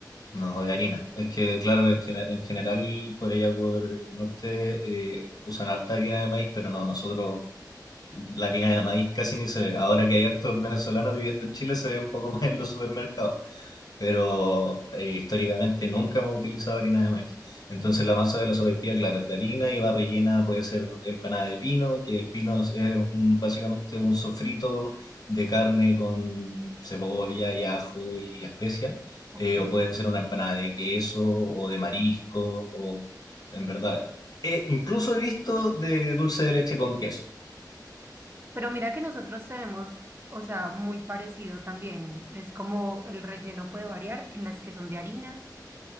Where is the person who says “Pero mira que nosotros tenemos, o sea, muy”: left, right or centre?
Right